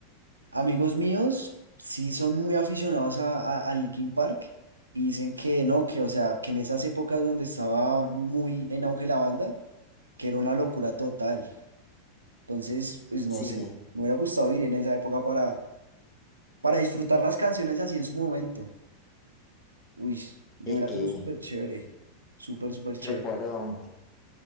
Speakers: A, on the right; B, on the left.
A: amigos míos sí son muy aficionados a, a, a Linkin Park y dicen que no, que o sea, que en esas épocas donde estaba muy en auge la banda, que era una locura total. Entonces, pues no
B: Sí,
A: sé, me hubiera gustado ir en esa época para para disfrutar las canciones así en su momento. Uy, yo
B: es
A: hubiera
B: que
A: sido súper chévere, súper, súper chévere.
B: recuerdo.